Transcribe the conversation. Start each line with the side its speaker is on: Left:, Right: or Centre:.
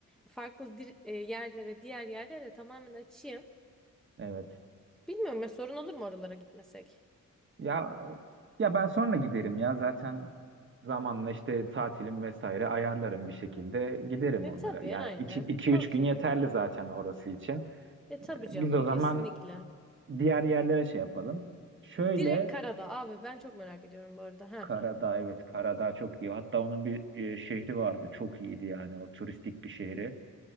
Centre: farklı dir- e, yerlere, diğer yerlere tamamen açayım.
Right: Evet.
Centre: Bilmiyorum ya sorun olur mu oralara gitmesek?
Right: Ya ya ben sonra giderim ya zaten zamanla işte tatilim vesaire ayarlarım bir şekilde giderim
Centre: E
Right: onlara.
Centre: tabii
Right: Yani
Centre: aynen.
Right: iki
Centre: Okey.
Right: üç gün yeterli zaten orası için.
Centre: E tabii
Right: Ee,
Centre: canım
Right: Biz o
Centre: kesinlikle.
Right: zaman diğer yerlere şey yapalım. Şöyle
Centre: Direkt karada abi ben çok merak ediyorum bu arada. Ha,
Right: Karadağ evet Karadağ çok iyi. Hatta onun bir e, şehri vardı çok iyiydi yani o turistik bir şehri.